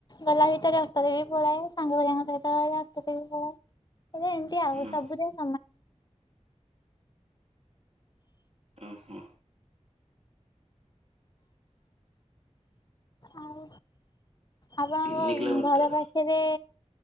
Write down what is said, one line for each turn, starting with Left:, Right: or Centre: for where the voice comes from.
Left: ଗଲା ଭିତରେ ଅଟାରେ ପଳାଏ ସାଙ୍ଗହେରିକାଶହ ଡକ୍ଟୋରେ ବି ପଳାଏ। ଟିଆ ଆଉ
Right: ଉଁ
Left: ସବୁ ଆ
Right: ଉଁ ହୁଁ
Left: ଆଉ ଆପଣଙ୍କ
Right: ତିନି କିଲୋମିଟର
Left: ଘର ପାଖରେ